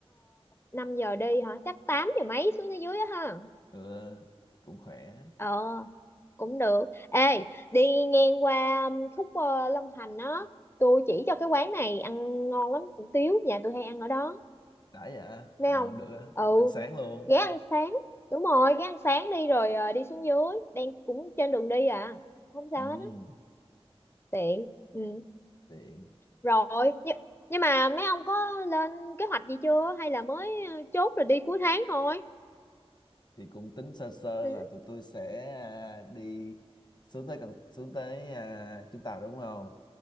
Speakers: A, on the left (about 25°); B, on the left (about 45°).
A: 5 giờ đi hả chắc 8 giờ mấy xuống tới dưới á ha
B: được, cũng khỏe
A: ờ cũng được ê đi ngang qua um, khúc ờ, Long Thành á tôi chỉ cho cái quán này ăn ngon lắm hủ tiếu nhà tôi hay ăn ở đó
B: đã dạ
A: nghe
B: ờ,
A: không
B: được á.
A: ừ
B: ăn sáng luôn
A: ghé ăn sáng đúng rồi ghé ăn sáng đi rồi ờ, đi xuống dưới đang cũng trên đường đi à không sao
B: ừ,
A: hết á tiện ừ
B: tiện
A: rồi nhưng, nhưng mà mấy ông có lên kế hoạch gì chưa hay là mới ờ, chốt rồi đi cuối tháng thôi
B: thì cũng tính sơ sơ
A: ừ
B: là tụi tôi sẽ à, đi xuống tới cần xuống tới à, Trung Tàu đúng không